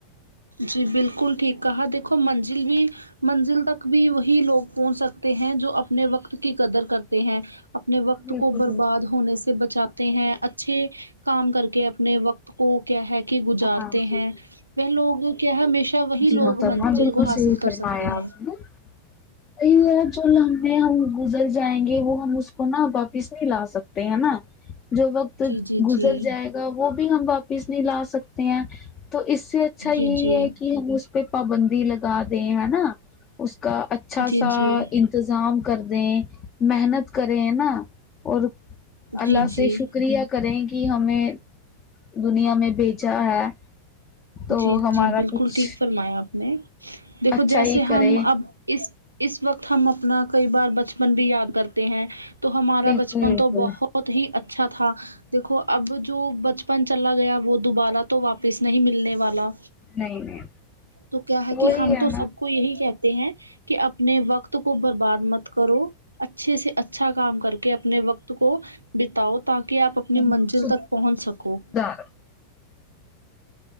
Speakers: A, on the right; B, on the left.
A: جی بالکل ٹھیک کہا دیکھو منزل بھی منزل تک بھی وہی لوگ پہنچ سکتے ہیں جو اپنے وقت کی قدر کرتے ہیں اپنے وقت
B: بالکل
A: کو برباد
B: بالکل
A: ہونے سے بچاتے ہیں اچھے کام کر کے اپنے وقت وہ کیا ہے کہ گزارتے
B: ہاں جی
A: ہیں وہ لوگ کیا ہے ہمیشہ وہی
B: جی
A: لوگ
B: محترمہ
A: منزل
B: بالکل
A: کو حاصل
B: صحیح فرمایا
A: کر سکتے ہیں
B: آپ نے یہی ہے جو لمے ہم گزر جائیں گے وہ ہم اس کو نا واپس نہیں لا سکتے ہے نا جو وقت
A: جی جی
B: گزر
A: جی
B: جائے گا وہ بھی ہم واپس نہیں لا سکتے ہیں تو اس سے اچھا
A: جی
B: یہی
A: جی
B: ہے ہم اس پہ پابندی لگا دیں ہے نا اس کا اچھا
A: جی
B: سا
A: جی
B: انتظام کر تیں محنت کریں نا اور اللہ
A: جی
B: سے
A: جی
B: شکریہ کریں کہ ہمیں دنیا میں بھیجا ہے تو
A: جی
B: ہمارا
A: جی بالکل
B: کچھ
A: ٹھیک فرمایا آپ نے دیکھو
B: اچھا
A: جیسے
B: ہی
A: ہم
B: کرے
A: اب اس اس وقت ہم اپنا کئی بار بچپن بھی یاد کرتے ہیں تو ہمارا
B: بالکل
A: بچپن
B: بالکل
A: تو بہت بہت ہی اچھا تھا دیکھو اب جو بچپن چلا گیا وہ دوبارہ تو واپس نہیں ملنے والا
B: نہیں نہیں
A: تو کیا ہے
B: وہی
A: کہ ہم
B: ہے
A: تو سب کو یہی کہتے ہیں کہ اپنے وقت کو برباد مت کرو اچھے سے اچھا کام کر کے اپنے وقت کو بتاؤ تاکہ کہ آپ اپنی
B: نا
A: منزل تک پہنچ سکو
B: دار ہم